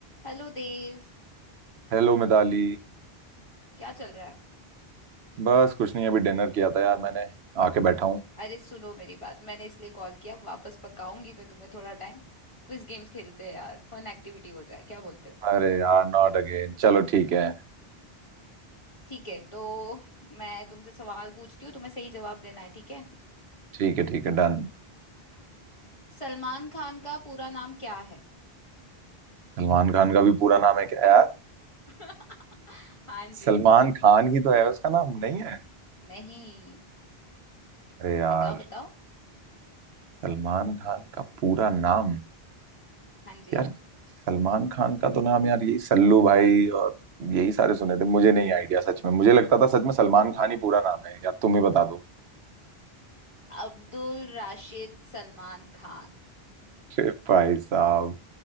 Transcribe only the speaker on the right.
Hello Mitali
बस कुछ नहीं अभी डिनर किया था यार मैंने आके बैठा हूँ
अरे यार नॉट अगेन चलो ठीक है
ठीक है ठीक है डन
सलमान खान का भी पूरा नाम है क्या यार
सलमान खान
ही तो है उसका नाम नहीं है
अरे यार
सलमान खान का पूरा नाम
यार सलमान खान का तो नाम यार यही सल्लू भाई और यही सारे सुने थे मुझे नहीं आइडिया सच में मुझे लगता था सच में सलमान खान ही पूरा नाम है यार तुम ही बता दो।
अरे भाई साहब